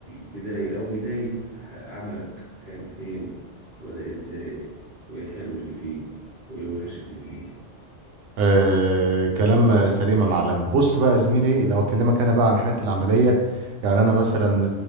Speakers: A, on the right; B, on the right.
A: بداية او بداية ح- عملك كان فين وبدأ ازاي وايه الحلو اللي فيه وايه الوحش اللي فيه
B: آه كلام سليم يا معلم بص بقى يا زميلي لو اكلمك انا بقى عن حياتي العمليه يعني انا مثلا